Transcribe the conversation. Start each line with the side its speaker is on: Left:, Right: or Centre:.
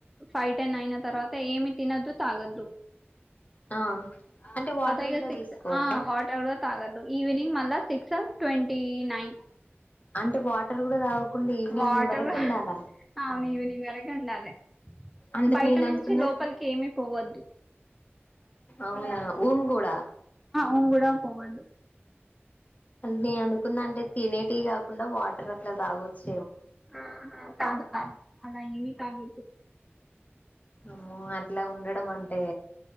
Centre: ఫై టెన్ ఐనా తర్వాత ఏమి తినొద్దు తాగద్దు
Left: ఆ అంటే వాటర్
Centre: ఇక
Left: కూడా
Centre: సిక్స్
Left: తీసుకోవద్దా
Centre: ఆ వాటర్ గూడ తాగద్దు ఈవనింగ్ మల్ల సిక్స్ ట్వంటీ నైన్
Left: అంటే వాటర్ గుడా తాగకుండా ఈవినింగ్
Centre: వాటర్
Left: వరకు
Centre: కూడా
Left: ఉండాల
Centre: అవును ఈవినింగ్ వరకు ఉండాలె
Left: అంటే
Centre: బయట
Left: నేను
Centre: నుంచి
Left: అనుకున్న
Centre: లోపలికి ఏమి పోవద్దు
Left: అవునా ఊమ్ గూడా
Centre: ఊమ్ గూడా పోవద్దు
Left: అని అనుకున్న అంటే తినేటి కాకుండా వాటర్ అట్లా తాగొచ్చు
Centre: ఆహ కాదు కాదు అలా ఎమి కాదు
Left: అమ్మో అట్ల ఉండడం అంటె